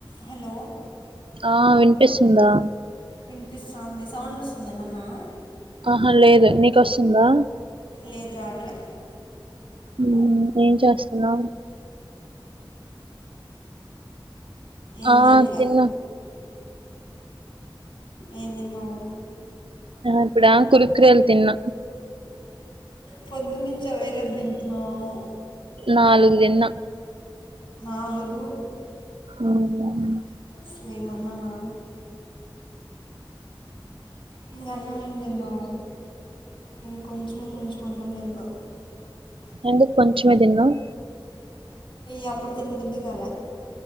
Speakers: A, on the left; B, on the right.
A: Hello
B: ఆ వినిపిస్తుందా
A: విన్పిస్తాంది సౌండ్ వస్తుంద ఏమన్నా
B: ఆహా లేదు నీకొస్తుందా
A: లేదు రాట్ల
B: ఉమ్ ఏం చేస్తున్నావ్
A: ఏం
B: ఆ
A: చేయట్లే
B: తిన్న
A: ఎం తిన్నవ్
B: ఆ ఇప్పుడా కుర్కురేలూ తిన్న
A: పొద్దు నుంచి అవేకద్ తింటున్నావ్
B: నాలుగు తిన్నా
A: నాలుగు
B: మ్మ్
A: స్లేమన్ననా ఇంక అన్నం ఏం తిన్నావ్ నెన్ కొంచ్మే కొంచం అన్నం తింటా
B: ఎందుక్ కొంచమే తిన్నవ్
A: ఇయ అప్పుడు తిన్ బుద్దుగాలే